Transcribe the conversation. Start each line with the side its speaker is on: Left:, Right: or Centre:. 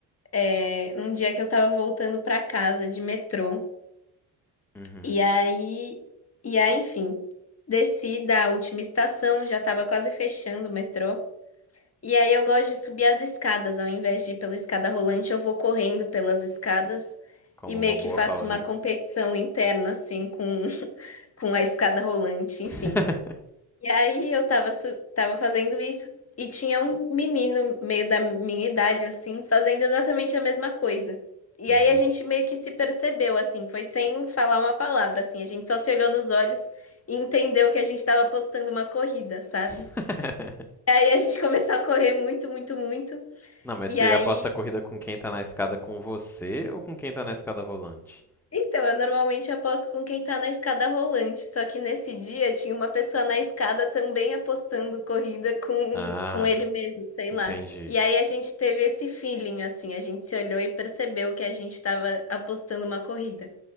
Left: é, um dia que eu tava voltando pra casa de metrô.
Centre: Uhum.
Left: E aí, e aí, enfim, desci da última estação, já tava quase fechando o metrô. E aí eu gosto de subir as escadas, ao invés de ir pela escada rolante, eu vou correndo pelas escadas
Centre: Como
Left: e meio
Centre: uma boa
Left: que faço
Centre: paulista.
Left: uma competição interna, assim, com, <laughs> com a escada rolante, enfim.
Centre: <laughs>
Left: E aí eu tava, su- tava fazendo isso e tinha um menino, meio da minha idade, assim, fazendo exatamente a mesma coisa. E
Centre: Uhum.
Left: aí a gente meio que se percebeu, assim, foi sem falar uma palavra, assim, a gente só se olhou nos olhos e entendeu que a gente tava apostando uma corrida, sabe?
Centre: <laughs>
Left: E aí a gente <laughs> começou a correr muito, muito, muito.
Centre: Não, mas
Left: E
Centre: você
Left: aí,
Centre: aposta a corrida com quem tá na escada com você ou com quem tá na escada rolante?
Left: então, eu normalmente aposto com quem tá na escada rolante, só que nesse dia tinha uma pessoa na escada também apostando corrida com,
Centre: Ah,
Left: com ele
Centre: en-
Left: mesmo, sei lá.
Centre: entendi.
Left: E aí a gente teve esse feeling, assim, a gente se olhou e percebeu que a gente tava apostando uma corrida,